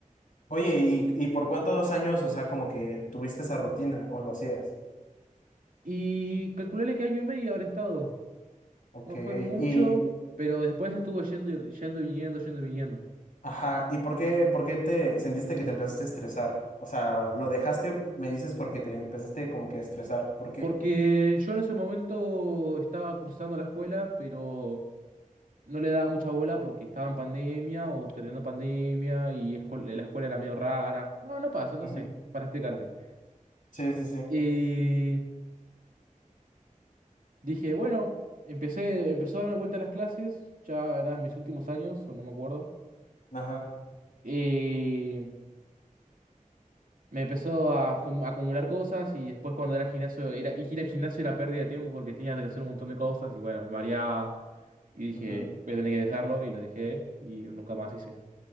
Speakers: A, on the left; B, on the right.
A: Oye, ¿y, y por cuántos años, o sea, como que tuviste esa rutina o lo hacías?
B: Y calcularle que año y medio habré estado.
A: Ok,
B: No fue mucho,
A: y,
B: pero después estuvo yendo y, yendo y viniendo, yendo y viniendo.
A: ajá, ¿y por qué, por qué te sentiste que te empezaste a estresar? O sea, lo dejaste, me dices, porque te empezaste como que a estresar. ¿Por qué?
B: Porque yo en ese momento estaba cursando la escuela, pero no le daba mucha bola porque estaba en pandemia o terminando pandemia y escue- la escuela era medio rara. No, no pasa, no
A: Ujú.
B: sé, para explicarte.
A: Sí, sí, sí.
B: Eh, Dije, bueno, empecé, empezó a dar vuelta a las clases, ya eran mis últimos años, o no me acuerdo.
A: Ajá.
B: Eh, me empezó a, jum- a acumular cosas y después cuando era al gimnasio, era, y ir al gimnasio era pérdida de tiempo porque tenía que hacer un montón de cosas y bueno, me mareaba. Y dije,
A: Ujú.
B: voy a tener que dejarlo y lo dejé y nunca más hice.